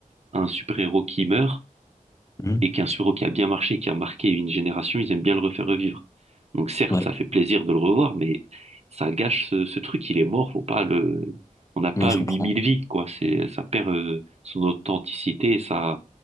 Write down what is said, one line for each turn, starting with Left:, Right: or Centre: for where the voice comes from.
Right: un super-héros qui meurt,
Left: Hmm,
Right: et qu'un suro qui a bien marché, qui a marqué une génération, ils aiment bien le refaire revivre. Donc certes,
Left: ouais,
Right: ça fait plaisir de le revoir, mais ça gâche ce, ce truc, il est mort, faut pas le... On n'a pas
Left: ouais, je
Right: huit
Left: comprends.
Right: mille vies, quoi. C'est, ça perd euh, son authenticité et, ça,